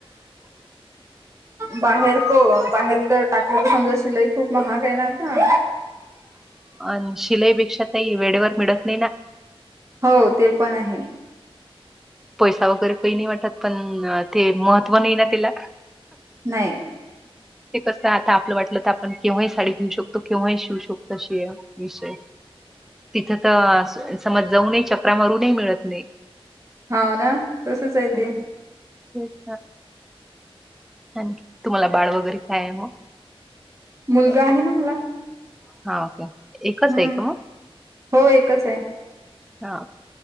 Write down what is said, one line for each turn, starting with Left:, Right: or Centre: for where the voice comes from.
Right: बाहेर को बाहेर तर टाकायच समजा शिलाई खूप महाग आहे ना आता?
Centre: अन शिलाईपेक्षा ताई वेडेवड मिडत नाही ना.
Right: हो ते पण आहे.
Centre: पैसा वगैरे कई नई वाटत पण ते महत्त्व नाही ना तेला.
Right: नाही.
Centre: ते कसं आता आपलं वाटलं तर आपण केव्हाही साडी घेऊ शकतो केव्हाही शिवू शकतो अशीय. विषय तिथं तर समज जाऊनय चकरा मारूनय मिळत नाही.
Right: हो ना तसंच आहे
Centre: हम्म.
Right: ते.
Centre: तेच ना. आणकी तुम्हाला बाळ वगैरे काये मग?
Right: मुलगा आहे ना मला.
Centre: हो का एकचय
Right: हम्म
Centre: का मग?
Right: हो एकचय.
Centre: हां